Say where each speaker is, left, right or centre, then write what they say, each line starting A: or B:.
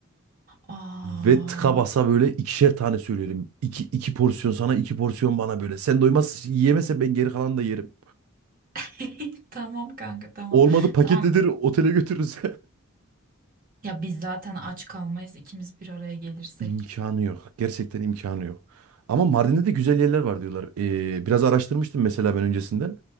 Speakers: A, on the right; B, on the right.
A: Aa.
B: Ve tıka basa böyle ikişer tane söyleyelim. İki, iki porsiyon sana, iki porsiyon bana böyle. Sen doymaz yiyemezsen ben geri kalanı da yerim.
A: <laughs> Tamam kanka tamam.
B: Olmadı paketledir
A: Tamam
B: otele götürürüz.
A: Ya biz zaten aç kalmayız ikimiz bir araya gelirsek.
B: <laughs> İmkanı yok. Gerçekten imkanı yok. Ama Mardin'de de güzel yerler var diyorlar. Ee, biraz araştırmıştım mesela ben öncesinden.